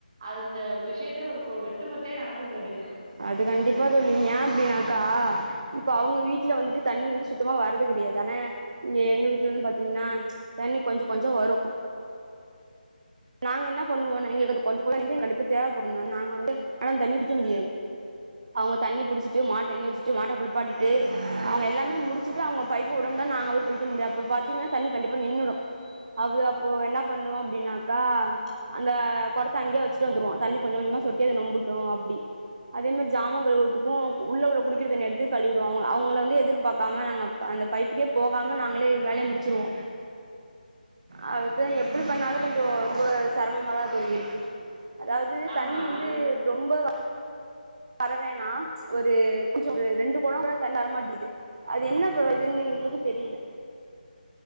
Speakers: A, on the right (about 30°); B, on the right (about 50°).
A: அது இந்த விஷயத்துல ஒரு வெட்டு குத்தே நடக்கு தோழி
B: அது கண்டிப்பா தோழி ஏன் அப்டின்னாக்கா இப்ப அவங்க வீட்டுல வந்துட்டு தண்ணி வந்து சுத்தமா வரது கெடையா தான இங்க எங்க வீட்டுல இருந்து பாத்தீங்கன்னா தண்ணி கொஞ்ச கொஞ்ச வரு நாங்க என்ன பண்ணுவோன்ன எங்களுக்கு அது கொஞ்ச <unintelligible> கண்டிப்பா தேவைப்படு தா நாங்க வந்து ஆனா அந்த தண்ணிய குடிக்க முடியாது அவுங்க தண்ணி புடுச்சுட்டு மாட்டு தண்ணி வச்சுட்டு மாட்ட குளிப்பாட்டிட்டு அவுங்க எல்லாமே முடுச்சுட்டு அவுங்க பைப்பு உடம் தான் நாங்க போய் புடிக்க முடியு அப்ப பாத்தீங்கனா தண்ணி கண்டிப்பா நின்னுடு அவ்ள அப்போ என்ன பண்ணுவோ அப்டின்னாக் அ அந்த கொடத்த அங்கயே வச்சுட்டு வந்துருவோ தண்ணி கொஞ்ச கொஞ்சமா சொட்டி அது நொம்பட்டு அப்டி அதே மாரி ஜாமங்கழுவுறதுக்கு உள்ள உள்ள குடிக்கிற தண்ணி எடுத்து கழுவுடுவோங்க அவங்கள வந்து எதிர்பார்க்காம நாங்க அந்த பைப்புக்கே போ போகாம நாங்களே வேலைய முடிச்சுருவோ
A: <inaudible>
B: அதுதா எப்டி பண்ணாலு கொஞ்சோ ரொம்ப சிரமமாத தோழி இருக்கு அதாவது
A: ஆமா
B: தண்ணி வந்து
A: அது
B: ரொம்ப வ வரவேன்னா ஒரு கொஞ்ச ஒரு ரெண்டு கொடங் கூட தண்ணி வரமாட்டீது அது என்ன ப்ரோ இதுன்னு எங்களுக்கு தெரியல